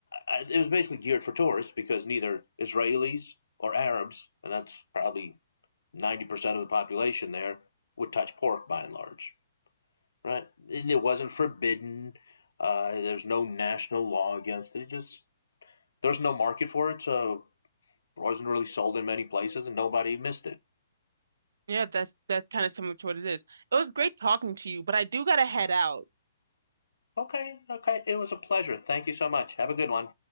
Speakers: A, on the left (about 80°); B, on the right (about 70°).
A: I, it was basically geared for tourists because neither Israelis or Arabs, and that's probably 90% of the population there, would touch pork by and large, right? And it wasn't forbidden. Uh, there's no national law against it. it just there's no market for it, so it wasn't really sold in many places, and nobody missed it.
B: Yeah, that's that's kind of similar to what it is. It was great talking to you, but I do gotta head out.
A: Okay, okay, it was a pleasure. Thank you so much. Have a good one.